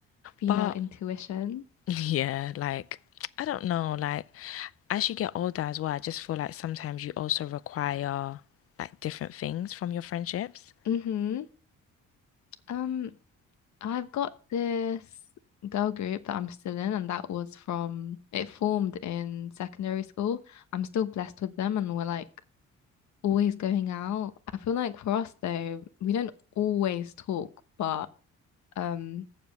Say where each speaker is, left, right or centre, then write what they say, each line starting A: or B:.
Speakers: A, on the left; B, on the left.
A: female
B: But
A: intuition.
B: <laughs> yeah, like I don't know, like as you get older as well, I just feel like sometimes you also require like different things from your friendships.
A: Mm-hmm. Um, I've got this girl group that I'm still in, and that was from it formed in secondary school. I'm still blessed with them, and we're like always going out. I feel like for us though, we don't always talk, but um,